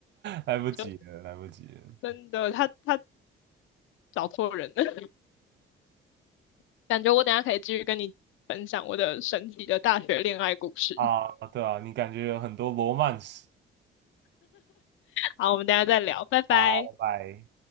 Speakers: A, on the right; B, on the left.
A: 来不及了，
B: 就
A: 来不及了
B: 真的，他他找错人了，<laughs> 感觉我等一下可以继续跟你分享我的神奇的大学恋爱故事。
A: 啊！对啊，你感觉有很多罗曼史。
B: 好，我们等一下再聊，拜拜。
A: 好，拜拜。